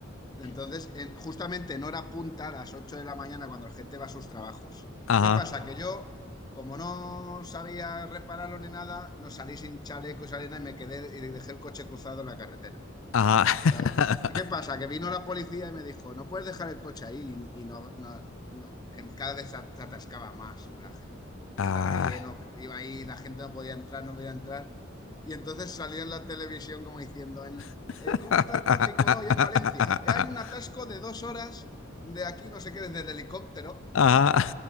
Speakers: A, on the left; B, on the left.
A: Entonces, en- justamente en hora punta, a las 8 de la mañana, cuando la gente va a sus trabajos.
B: Ajá,
A: ¿Qué pasa? Que yo, como no sabía repararlo ni nada, no salí sin chaleco y sin nada y me quedé y dejé el coche cruzado en la carretera.
B: ajá.
A: ¿sabes? ¿Y
B: <laughs>
A: qué pasa? Que vino la policía y me dijo, no puedes dejar el coche ahí y, y no, no- no- en- cada vez se at- se atascaba más la ge- Estaba
B: Ah.
A: lleno, iba ahí, la gente no podía entrar, no podía entrar. Y entonces salió en la televisión como diciendo, en-
B: <laughs>
A: eh, ¿cómo está el tráfico hoy en Valencia? "Eh, Hay un atasco de dos horas de aquí, no sé qué, desde el helicóptero.
B: Ajá.